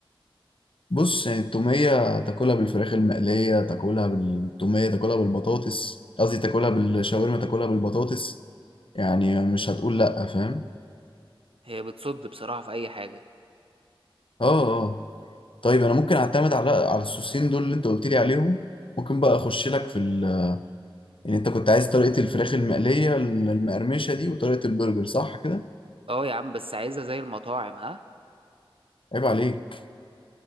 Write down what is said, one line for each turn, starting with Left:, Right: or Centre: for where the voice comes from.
Left: بص يعني التومية تاكلها بالفراخ المقلية تاكلها بالتومية تاكلها بالبطاطس قصدي تاكلها بالشاورما تاكلها بالبطاطس يعني مش هتقول لأ فاهم
Right: هي بتصد بصراحه في اي حاجه
Left: اه اه طيب انا ممكن اعتمد على على الصوصين دول اللي انت قلت لي عليهم ممكن بقى اخش لك في ال... يعني انت كنت عايز طريقة الفراخ المقلية المقرمشة دي وطريقة البرجر صح كده
Right: اه يا عم بس عايزها زي المطاعم ها
Left: عيب عليك